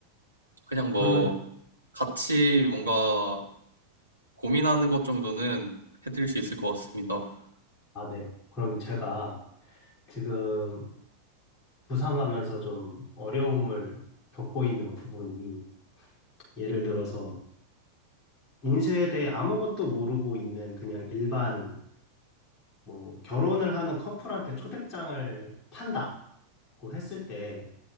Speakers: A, on the right; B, on the left.
A: 그냥 뭐
B: 그러면
A: 같이 뭔가 고민하는 것 정도는 해드릴 수 있을 것 같습니다.
B: 아, 네. 그러면 제가 지금 구상하면서 좀 어려움을 겪고 있는 부분이 예를 들어서 인쇄에 대해 아무것도 모르고 있는 그냥 일반 뭐 결혼을 하는 커플한테 초대장을 판다고 했을 때